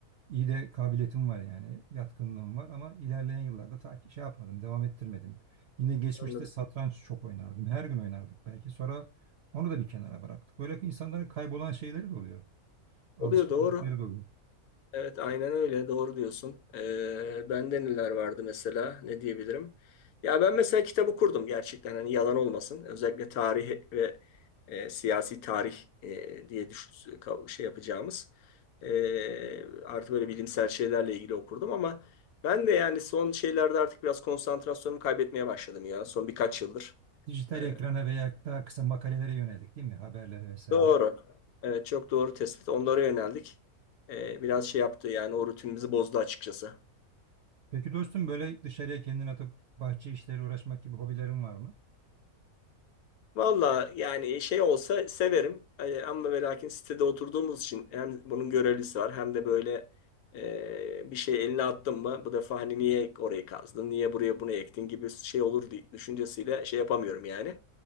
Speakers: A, on the right (about 70°); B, on the left (about 75°).
A: İyi de kabiliyetim var yani, yatkınlığım var ama ilerleyen yıllarda ta ki şey yapmadım, devam ettirmedim. Yine geçmişte
B: Anladım.
A: satranç çok oynardım. Her gün oynardık belki. Sonra onu da bir kenara bıraktık. Böyle insanların kaybolan şeyleri de oluyor, alışkanlıkları
B: Oluyor doğru.
A: da oluyor.
B: Evet, aynen öyle. Doğru diyorsun. Ee, bende neler vardı mesela? Ne diyebilirim? Ya ben mesela kitap okurdum gerçekten. Hani yalan olmasın. Özellikle tarih ve e, siyasi tarih e, diye düş ka- şey yapacağımız. E, artık böyle bilimsel şeylerle ilgili okurdum ama ben de yani son şeylerde artık biraz konsantrasyonumu kaybetmeye başladım ya. Son birkaç yıldır.
A: Dijital
B: Ee,
A: ekrana veya daha kısa makalelere yönelik değil mi? Haberlere vesaire.
B: doğru. Evet, çok doğru tespit. Onlara yöneldik. Ee, biraz şey yaptı yani o rutinimizi bozdu açıkçası.
A: Peki dostum böyle dışarıya kendini atıp bahçe işleriyle uğraşmak gibi hobilerin var mı?
B: Valla yani şey olsa severim E, ama ve lakin sitede oturduğumuz için hem bunun görevlisi var hem de böyle e, bir şey eline attın mı bu defa hani niye orayı kazdın niye buraya bunu ektin gibi şey olur diye düşüncesiyle şey yapamıyorum yani.